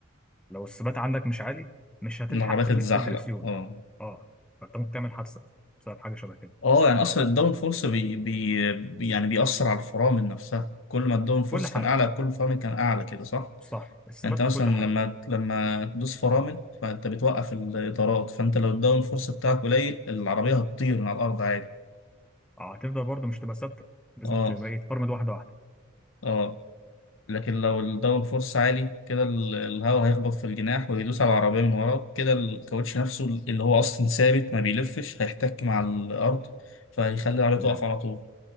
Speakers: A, in the centre; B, on the left.
A: لو الثبات عندك مش عالي مش هتلحق
B: العربية
A: تلف
B: تتزحلق
A: الدركسيون
B: اه
A: اه فانت ممكن تعمل حادثه بسبب حاجه شبه كده
B: اه يعني اصلا الداون فورس بي بي بي- يعني بيأثر على الفرامل نفسها كل ما الداون فورس
A: كل حاجه
B: كان اعلى كل الفرامل كان اعلى كده صح
A: صح الثبات
B: انت مثلا
A: في كل حاجه
B: لما لما تدوس فرامل فانت بتوقف الاطارات فانت لو الداون فورس بتاعك قليل العربيه هتطير من على الارض عادي
A: اه هتفضل برضه مش تبقى ثابته لازم
B: اه
A: تبقى إيه، تفرمد واحده واحده
B: اه لكن لو الداون فورس عالي كده ال- الهواء هيخبط في الجناح ويدوس على العربيه من ورا كده الكاوتش نفسه اللي هو اصلا ثابت ما بيلفش هيحتك مع الارض فهيخلي العربيه
A: تمام
B: تقف على طول